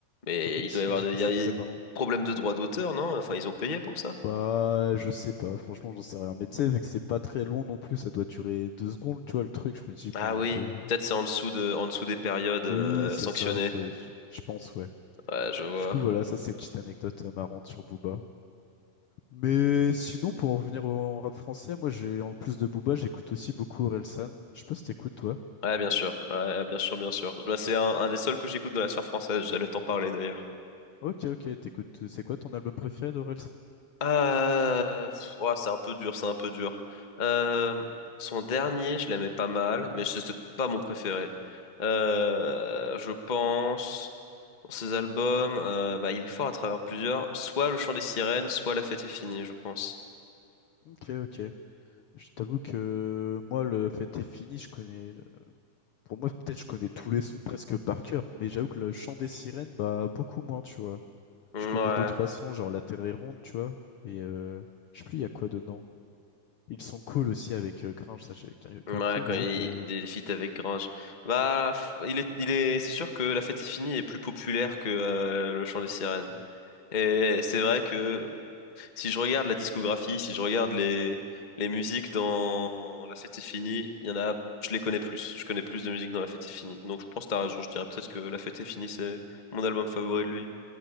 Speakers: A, on the left; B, on the left.
A: Mais
B: <laughs> Oui,
A: il doit y avoir
B: du
A: des...
B: coup,
A: il
B: c'était
A: y a des
B: très marrant.
A: problèmes de droit d'auteur, non? Enfin, ils ont payé pour ça.
B: Bah, je sais pas, franchement, j'en sais rien. Mais tu sais, vu que c'est pas très long non plus, ça doit durer deux secondes, tu vois, le truc. Je me dis, bon,
A: Ah oui,
B: un peu.
A: peut-être c'est en dessous de... en dessous des périodes, euh,
B: Oui, c'est
A: sanctionnées.
B: ça, ça doit- je je pense, ouais.
A: Ouais, je vois.
B: Du coup, voilà, ça, c'est une petite anecdote euh, marrante sur Booba. Mais sinon, pour en venir au rap français, moi, j'ai en plus de Booba, j'écoute aussi beaucoup Orelsan. Je sais pas si t'écoutes, toi.
A: Ouais, bien sûr. Ouais, bien sûr, bien sûr. Bah, c'est un, un des seuls que j'écoute dans la sphère française. J'allais t'en parler d'ailleurs.
B: Ok, ok, t'écoutes. C'est quoi ton album préféré d'Orelsan?
A: Euh... pff, ouah, c'est un peu dur, c'est un peu dur. Euh, Son dernier, je l'aimais pas mal, mais c'était pas mon préféré. Euh, Je pense, dans ses albums, euh, bah, il est fort à travers plusieurs. Soit Le Chant des Sirènes, soit La Fête est finie, je pense.
B: Ok, ok. Je t'avoue que moi, le fête est fini, je connais. Pour moi, peut-être je connais tous les sons presque par cœur, mais j'avoue que le chant des sirènes, bah beaucoup moins, tu vois.
A: Ouais.
B: Je connais deux, trois sons, genre La Terre est ronde, tu vois. Et euh, je sais plus, il y a quoi dedans. Ils sont cool aussi avec euh, Gringe, ça j'ai gra-
A: Ouais,
B: grave kiffé,
A: quand
B: mais j'avoue
A: il
B: que.
A: des, des feats avec Grange. Bah, pff, il est, il est, c'est sûr que La Fête est finie est plus populaire que euh, Le Chant des Sirènes.
B: Hmm.
A: Et c'est vrai que si je regarde la discographie, si je regarde les, les musiques dans La Fête est finie, il y en a, je les connais plus. Je connais plus de musique dans La Fête est finie. Donc je pense que t'as raison, je dirais peut-être que La Fête est finie, c'est mon album favori de lui.